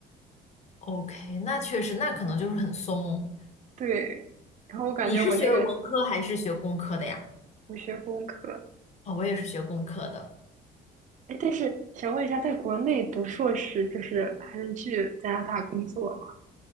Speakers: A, on the left; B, on the right.
A: OK，那确实，那可能就是很松。
B: 对。然后我感觉我那个
A: 你是学文科还是学工科的呀？
B: 我学工科，
A: 哦，我也是学工科的。
B: 哎，但是想问一下，在国内读硕士就是还能去加拿大工作吗？